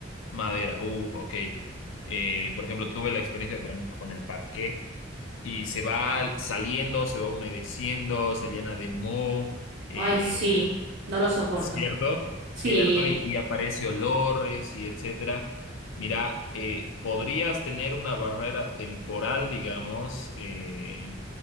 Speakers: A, on the left (about 75°); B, on the right (about 50°).
A: madera? Uh, ok eh, por ejemplo, tuve la experiencia con, con el parqué y se va saliendo, se va humedeciendo, se llena de moho, eh,
B: Ay, sí, no lo soporto.
A: ¿cierto? ¿Cierto?
B: Sí.
A: Y, y aparece olores y etcétera. Mira, eh, podrías tener una barrera temporal, digamos. eh,